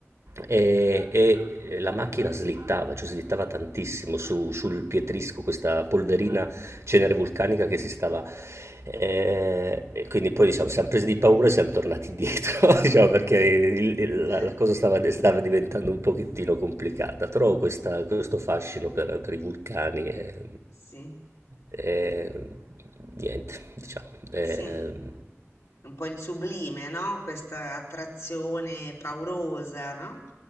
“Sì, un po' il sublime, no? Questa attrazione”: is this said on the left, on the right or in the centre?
Left